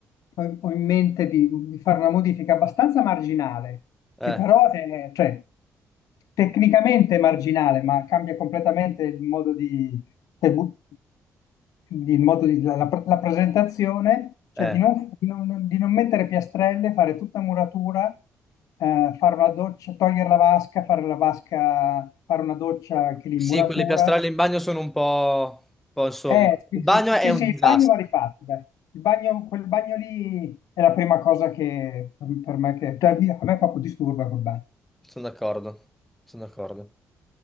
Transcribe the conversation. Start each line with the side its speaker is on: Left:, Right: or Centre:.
Left: ho, ho in mente di, di fare una modifica abbastanza marginale,
Centre: Eh,
Left: che però è, cioè, tecnicamente è marginale, ma cambia completamente il modo di, del bu- di- il modo di- la, la- la presentazione, cioè
Centre: eh.
Left: di non, di non- di non mettere piastrelle, fare tutta muratura, eh, fare una doccia, togliere la vasca, fare la vasca, fare una doccia che l'immuratura
Centre: Sì, quelle piastrelle in bagno sono un po', un po', insomma.
Left: eh, sì,
Centre: Il bagno
Left: sì,
Centre: è
Left: sì,
Centre: un
Left: sì, il
Centre: disastro,
Left: bagno va rifatto, dai. Il bagno, quel bagno lì è la prima cosa che per, per me, che, cioè, via, a me proprio disturba quel bagno.
Centre: sono d'accordo, sono d'accordo.